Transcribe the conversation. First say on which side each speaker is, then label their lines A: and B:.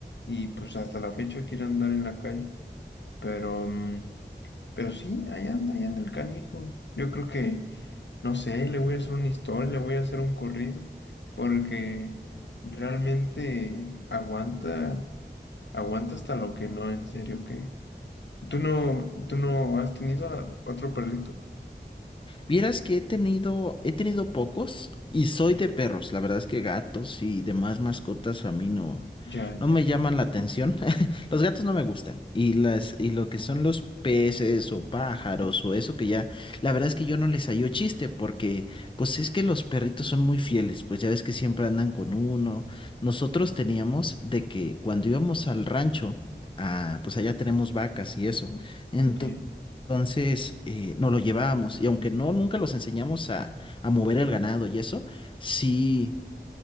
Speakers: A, on the left; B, on the left.
A: y pues hasta la fecha quiere andar en la calle. Pero, mm, pero sí, ahí anda, ahí anda el canijo. Yo creo que, no sé, le voy a hacer una historia, le voy a hacer un corrido, porque realmente aguanta, aguanta hasta lo que no, en serio que. ¿Tú no, tú no has tenido a otro perrito?
B: Vieras que he tenido, he tenido pocos y soy de perros. La verdad es que gatos y demás mascotas a mí no,
A: Ya,
B: no
A: ya.
B: me llaman la atención. <laughs> Los gatos no me gustan. Y las, y lo que son los peces o pájaros o eso que ya, la verdad es que yo no les hallo chiste porque pues es que los perritos son muy fieles. Pues ya ves que siempre andan con uno. Nosotros teníamos de que cuando íbamos al rancho, ah, pues allá tenemos vacas y eso. Entonces,
A: Ok,
B: entonces, eh, nos lo llevábamos y aunque no, nunca los enseñamos a, a mover el ganado y eso, sí,